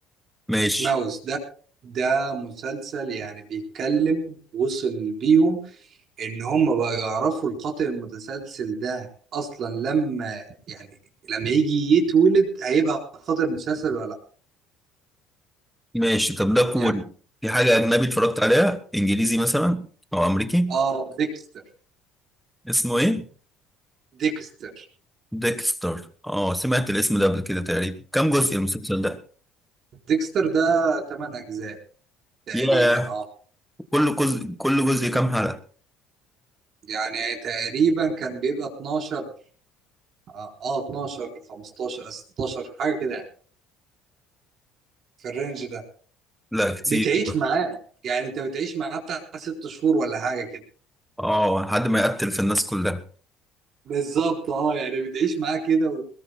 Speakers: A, in the centre; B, on the right.
A: ماشي
B: ماوس ده ده مسلسل يعني بيتكلم وصل بيهم إن هم بقوا يعرفوا القاتل المتسلسل ده أصلا لما يعني لما يجي يتولد هيبقى قاتل مسلسل ولا لأ
A: ماشي طب ده كوري
B: يعني
A: في حاجه اجنبي اتفرجت عليها انجليزي مثلا او امريكي
B: آه ديكستر
A: اسمه ايه
B: ديكستر
A: ديكستر اه سمعت الاسم ده قبل كده تقريبا كم جزء المسلسل ده
B: ديكستر ده 8 أجزاء تقريبا
A: ياه
B: اه
A: كل جزء كل جزء كام حلقة
B: يعني تقريبا كان بيبقى 12 اه آه، 12 15 16 حاجه كده يعني في الرينج ده
A: لا كتير
B: بتعيش معاه يعني انت بتعيش معاه بتاع ست شهور ولا حاجه كده
A: اه لحد ما يقتل في الناس كلها
B: بالظبط اه يعني بتعيش معاه كده و...